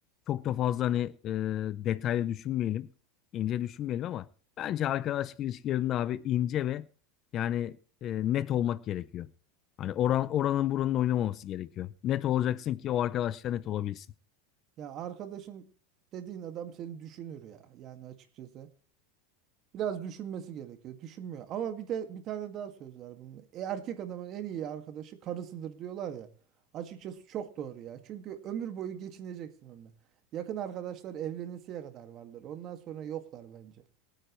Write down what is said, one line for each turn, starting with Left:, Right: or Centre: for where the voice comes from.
Left: çok da fazla hani e, detaylı düşünmeyelim. ince düşünmeyelim ama bence arkadaşlık ilişkilerinde abi ince ve yani e, net olmak gerekiyor. Hani oran, oranın buranın oynamaması gerekiyor. Net olacaksın ki o arkadaşla net olabilsin.
Right: Ya arkadaşın dediğin adam seni düşünür ya. Yani açıkçası. Biraz düşünmesi gerekiyor. Düşünmüyor. Ama bir de bir tane daha söz var bunun. E, erkek adamın en iyi arkadaşı karısıdır diyorlar ya. Açıkçası çok doğru ya. Çünkü ömür boyu geçineceksin onunla. Yakın arkadaşlar evlenesiye kadar vardır. Ondan sonra yoklar bence.